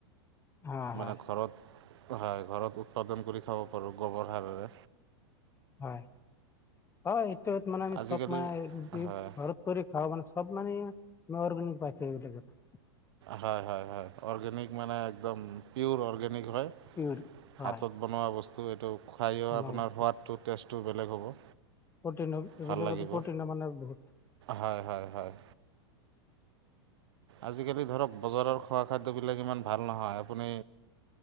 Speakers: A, on the left; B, on the right.
A: হয় হয়
B: মানে ঘৰত হয়, ঘৰত উৎপাদন কৰি খাব পাৰোঁ গোবৰ সাৰেৰে।
A: হয়, হয়, এইটোত মানে আমি
B: আজিকালি
A: চব মানে
B: হয়
A: ঘৰত কৰি খাওঁ মানে চব মানে অৰ্গেনিক পাইছে সেইবিলাকতে।
B: হয়, হয়, হয়, অৰ্গেনিক মানে একদম পিয়ৰ অৰ্গে নিক হয়,
A: পিয়ৰ হয়
B: হাতত বনোৱা বস্তু এইটো খায়ো
A: বনোৱা
B: আপোনাৰ
A: বস্তু
B: সোৱাদটো টেচ টো বেলেগ হ'ব।
A: প্ৰটিন এইবিলাকতো
B: ভাল লাগিব
A: প্ৰটিনৰে মানে বহুত
B: হয় হয় হয় আজিকালি ধৰক বজাৰৰ খোৱা খাদ্যবিলাক ইমান ভাল নহয়। আপুনি